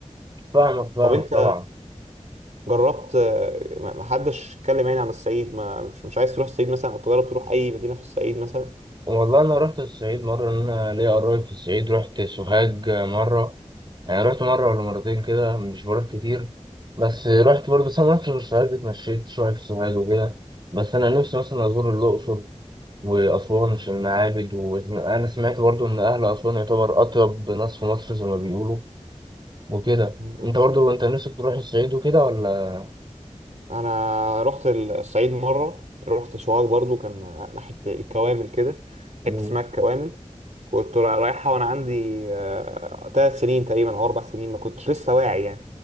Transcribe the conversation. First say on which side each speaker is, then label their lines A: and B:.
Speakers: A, on the right; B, on the right.
A: فاهمك فاهمك
B: طب انت
A: طبعا
B: جربت ما ما حدش اتكلم يعني عن الصعيد ما مش مش عايز تروح الصعيد مثلا او تجرب تروح اي مدينه في الصعيد مثلا؟
A: والله انا رحت الصعيد مرة إن انا ليا قرايب في الصعيد رحت سوهاج مرة يعني رحت مرة ولا مرتين كده مش بروح كتير بس رحت برضه بس انا ما رحتش غير سوهاج اتمشيت شوية في سوهاج وكده بس انا نفسي مثلا ازور الاقصر وأسوان
B: <laughs>
A: في المعابد وأنا سمعت برضو إن أهل أسوان يعتبر أطيب ناس في مصر زي ما بيقولوا وكده
B: مم.
A: أنت برضو أنت نفسك تروح الصعيد وكده ولا؟
B: انا رحت الصعيد مره رحت سوهاج برضو كان ناحيه الكوامل كده
A: مم.
B: حته اسمها الكوامل كنت را- رايحه وانا عندي ثلاث سنين تقريبا او اربع سنين ما كنتش لسه واعي يعني